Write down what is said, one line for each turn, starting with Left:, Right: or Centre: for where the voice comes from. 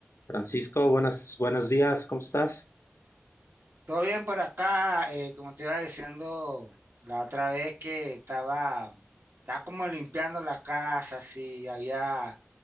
Left: Francisco, buenos, buenos días, ¿cómo estás?
Right: Todo bien por acá, eh, como te iba diciendo la otra vez que estaba, estaba como limpiando la casa, así había,